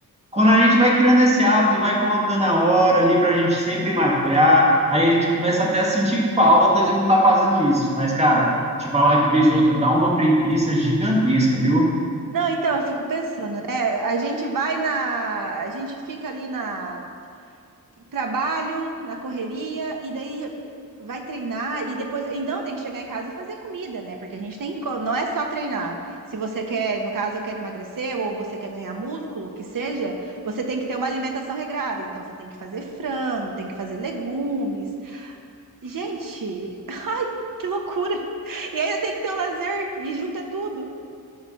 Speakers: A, on the right; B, on the right.
A: Quando a gente vai criando esse hábito, vai colocando a hora ali para a gente sempre malhar, aí a gente começa até a sentir falta de não estar fazendo isso. Mas, cara, te falar que vez ou outra dá uma preguiça gigantesca, viu?
B: Não, então eu fico pensando, né, a gente vai na, a gente fica ali na trabalho, na correria, e daí vai treinar, e depois, então tem que chegar em casa e fazer comida, né? Porque a gente tem, co- não é só treinar. Se você quer, no caso, eu quero emagrecer, ou você quer ganhar músculo, que seja, você tem que ter uma alimentação regrada. Então você tem que fazer frango, tem que fazer legumes. Gente, <laughs> que loucura! E ainda tem que ter o lazer, e junta tudo.